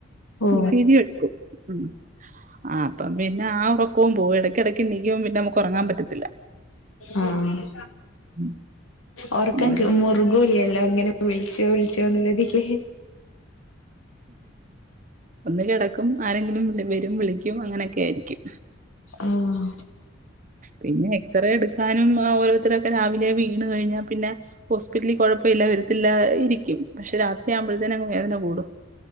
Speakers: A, on the left; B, on the right.
A: ഓ
B: പി സി ജി എട്ക്കും ഉം ആ അപ്പം പിന്നെ ആ ഒറക്കവും പോവും എടക്കെട ക്ക് ണീക്കുമ്പം പിന്നെ നമുക്കൊറങ്ങാൻ പറ്റത്തില്ല
A: ആഹ്
B: ഉം
A: ഒറക്കം
B: അങ്ങനെ
A: ക് മുറു കൂല്യല്ലോ ഇങ്ങനെ വിളിച്ചോ വിളിച്ചോന്നുള്ള തില്
B: ഒന്ന് കിടക്കും ആരെങ്കിലും വരും വിളിക്കും അങ്ങനെയൊക്കെ ആയിരിക്കും
A: ആഹ്
B: പിന്നെ എക്സ്റേ എടുക്കാനും ഓരോരുത്തരൊക്കെ രാവിലെ വീണ് കഴിഞ്ഞാ പിന്നെ ഹോസ്പിറ്റലി കുഴപ്പ ഇല്ല വരത്തില്ല ഇരി ക്കും പക്ഷെ രാത്രിയാവുമ്പോഴത്തേന് അങ്ങ് വേദന കൂടും